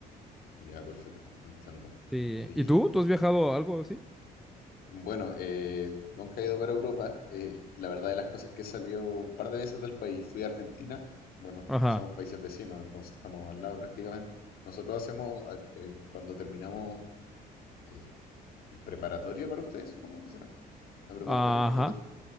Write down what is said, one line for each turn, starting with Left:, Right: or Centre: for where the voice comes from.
Left: Ya, perfecto, entiendo.
Centre: Sí.
Left: Oye,
Centre: ¿Y tú? ¿Tú has viajado a algo así?
Left: Bueno, eh, nunca he ido para Europa. eh, la verdad de las cosas es que he salido un par de veces del país. Fui a Argentina. Bueno,
Centre: Ajá.
Left: somos países vecinos, entonces estamos al lado prácticamente. Nosotros hacemos, a- eh, cuando terminamos, eh, la preparatoria para ustedes, supongo que será. La preparatoria,
Centre: Ajá.
Left: cuando, ter-